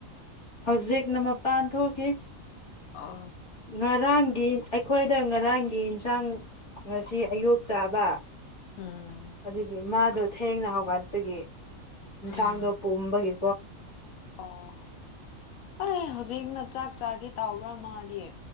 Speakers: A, on the left; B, on the left.
A: ꯍꯧꯖꯤꯛꯅ ꯃꯄꯥꯟ ꯊꯣꯛꯈꯤ
B: ꯑꯥ
A: ꯉꯔꯥꯡꯒꯤ ꯑꯩꯈꯣꯏꯗ ꯉꯔꯥꯡꯒꯤ ꯏꯟꯁꯥꯡ ꯉꯁꯤ ꯑꯌꯨꯛ ꯆꯥꯕ
B: ꯎꯝ
A: ꯑꯗꯨꯒꯤ ꯃꯥꯗꯣ ꯊꯦꯡꯅ ꯍꯧꯒꯠꯄꯒꯤ ꯌꯦꯟꯁꯥꯡꯗꯣ
B: ꯎꯝ
A: ꯄꯣꯝꯕꯒꯤ
B: ꯑꯣ ꯑꯩ ꯍꯧꯖꯤꯛꯅ ꯆꯥꯛ ꯆꯥꯒꯦ ꯇꯥꯎꯕ꯭ꯔꯥ ꯃꯥꯗꯤ?